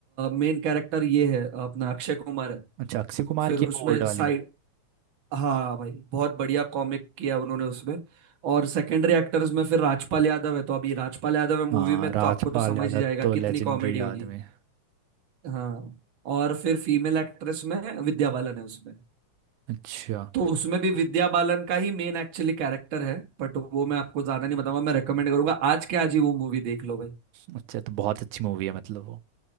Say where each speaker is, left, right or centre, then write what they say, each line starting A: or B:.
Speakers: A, on the right (about 45°); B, on the right (about 80°).
A: मेन कैरेक्टर ये है अपना अक्षय कुमार है
B: अच्छा अक्षय कुमार
A: फिर
B: की
A: उसमें
B: है वो ओल्ड वाली
A: साइड हाँ भाई बहुत बढ़िया कॉमिक किया उन्होंने उसमें और सेकेंडरी एक्टर्स में फिर राजपाल यादव है तो अभी राजपाल यादव है मूवी
B: हाँ
A: में
B: राजपाल
A: तो आपको तो समझ
B: यादव
A: ही जाएगा
B: तो
A: कितनी
B: लेजेंडरी
A: कॉमेडी होगी
B: आदमी
A: हाँ और फिर फीमेल एक्ट्रेस में विद्या बालन है उसमें
B: अच्छा
A: तो उसमें भी विद्या बालन का ही मेन एक्चुअली कैरेक्टर है बट वो मैं आपको ज्यादा नहीं बताऊंगा मैं रेकमेंड करूंगा आज के आज ही वो मूवी देख लो भाई
B: अच्छा तो बहुत अच्छी मूवी है मतलब वो